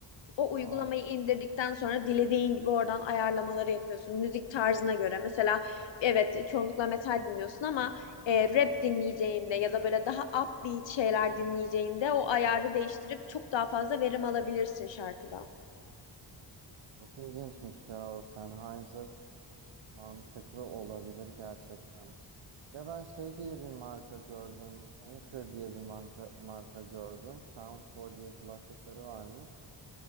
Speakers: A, on the left; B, on the right.
A: O uygulamayı
B: Aa,
A: indirdikten sonra dilediğin gibi oradan ayarlamaları yapıyorsun. Müzik tarzına göre. Mesela evet çoğunlukla metal dinliyorsun ama e, rap dinleyeceğinde ya da böyle daha upbeat şeyler dinleyeceğinde o ayarı değiştirip çok daha fazla verim alabilirsin şarkıdan.
B: çok ilginçmiş ya o Sennheiser. Mantıklı olabilir gerçekten. Bir de ben şey diye bir marka gördüm. Anchor diye bir marka, marka gördüm. Soundcore diye kulaklıkları varmış.